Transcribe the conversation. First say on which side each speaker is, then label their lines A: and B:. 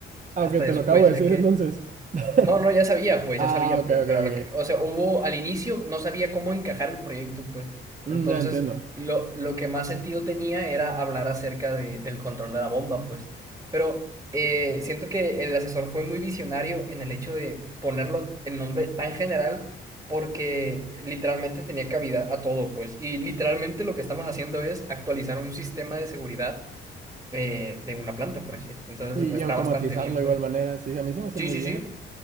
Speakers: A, on the right (about 40°); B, on the right (about 15°).
A: Ah,
B: Hasta
A: ok,
B: después,
A: te lo acabo de
B: ya
A: decir
B: que
A: entonces. <laughs>
B: No, no, ya sabía, pues,
A: ah,
B: ya sabía,
A: ok,
B: pues,
A: ok,
B: pero a
A: ok.
B: lo que, o sea, hubo al inicio, no sabía cómo encajar el proyecto, pues.
A: Mm,
B: Entonces,
A: ya entiendo.
B: lo, lo que más sentido tenía era hablar acerca de- del control de la bomba, pues. Pero eh, siento que el asesor fue muy visionario en el hecho de ponerlo el nombre tan general, porque literalmente tenía cabida a todo, pues. Y literalmente lo que estamos haciendo es actualizar un sistema de seguridad eh, de una planta, pues. Entonces,
A: Y, y
B: está
A: automatizarlo
B: bastante bien,
A: de
B: pues.
A: igual manera. Sí, a mí se me hace
B: Sí,
A: muy
B: sí,
A: bien.
B: sí,